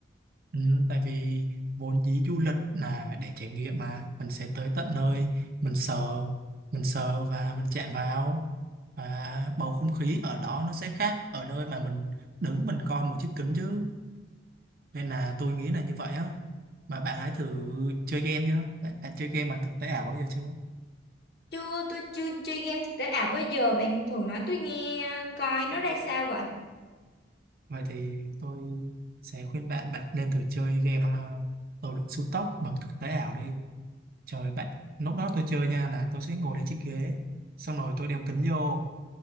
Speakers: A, on the right; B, on the left.
A: ừ, tại vì vốn dĩ du lịch là để trải nghiệm mà mình sẽ tới tận nơi mình sờ mình sờ và mình chạm vào và bầu không khí ở đó nó sẽ khác ở nơi mà mình đứng mình coi một chiếc kính chứ nên là tôi nghĩ là như vậy á mà bạn hãy thử chơi game nhá bạn, bạn chơi game bằng thực tế ảo bao giờ chưa
B: Chưa, tôi chưa chơi game thực tế ảo bao giờ. Bạn thường nói tôi nghe coi nó ra sao vậy?
A: vậy thì tôi sẽ khuyên bạn bạn nên thử chơi game ờ, tàu lượn siêu tốc bằng thực tế ảo đi Trời bạn, lúc đó tôi chơi nha là tôi sẽ ngồi lên chiếc ghế Xong rồi tôi đeo kính vô